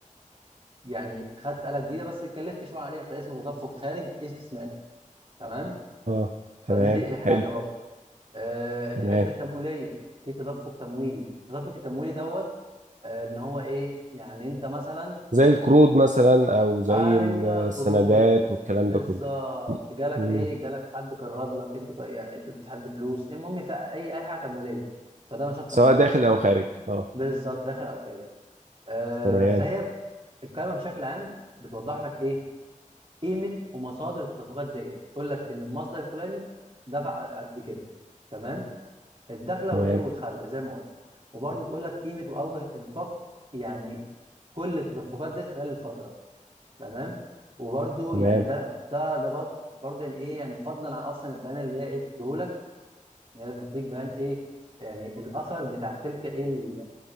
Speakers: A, on the right; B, on the right.
A: يعني خدت آلة جديدة بس اتكلفت شوية عليها فده اسمه تدفق خارج استثماري تمام
B: اه تمام
A: فدي في ايه حاجة
B: حلو
A: برضه أه الحتة
B: تمام
A: التمويلية في تدفق تمويلي التدفق التمويلي دوت آه، ان هو ايه يعني انت مثلا
B: زي القروض مثلا او زي
A: ايوه
B: السندات
A: قروض
B: والكلام
A: بالظبط
B: ده كله
A: جالك
B: مم.
A: ايه جالك حد قرض لك انت ك- يعني انت اديت حد فلوس المهم في اي اي حاجه تمويليه فده نشاط
B: سواء
A: تمويلي
B: داخل او خارج اه
A: بالظبط داخل او خارج آه
B: تمام
A: فهي الكلمه بشكل عام بتوضح لك ايه قيمه ومصادر التدفقات ديت تقول لك ان المصدر الفلاني دفع قد كده تمام الدخله
B: تمام
A: والايه والخارجه زي ما قلنا وبرده بتقول لك قيمه واوجه انفاق يعني كل التدفقات ديت خلال الفتره تمام وبرده
B: تمام
A: يعني ده ده ده برضه برضه يعني ايه يعني فضلا عن اصلا البيان اللي هي ايه بتديهولك ان هي بتديك بيان ايه يعني الاثر بتاع تلك ايه ال-